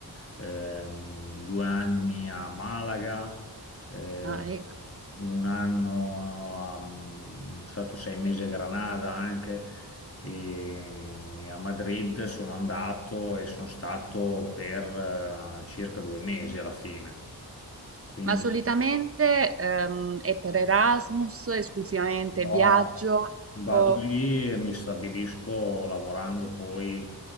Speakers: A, on the left; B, on the right.
A: ehm, due anni a Malaga, eh,
B: Ah, ecco.
A: un anno, a- mm, sono stato sei mesi a Granada anche, e a Madrid sono andato e sono stato per eh, circa due mesi alla fine. Quindi.
B: Ma solitamente ehm, è per Erasmus, esclusivamente
A: No,
B: viaggio
A: vado
B: o...
A: lì e mi stabilisco lavorando poi